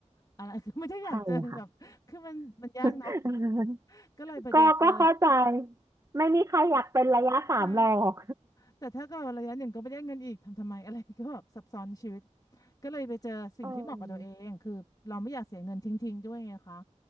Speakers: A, on the left; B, on the right.
A: อะไร <laughs> คือไม่ได้อยากเจอแบบคือมันมันยากเนาะ
B: ใช่ค่ะ <laughs>
A: ก็เลยไปเจอเจอ
B: ก็ก็เข้าใจไม่มีใครอยากเป็นระยะสามหรอก
A: ใช่ แต่ถ้าเก็ระยะหนึ่งก็ไม่ได้เงินอีกทำทำไมอะไร <laughs> ก็แบบซับซ้อนในชีวิตก็เลยไปเจอสิ่งที่เหมาะกับตัวเองคือเราไม่อยากเสียเงินทิ้งๆด้วยไงคะ
B: อืม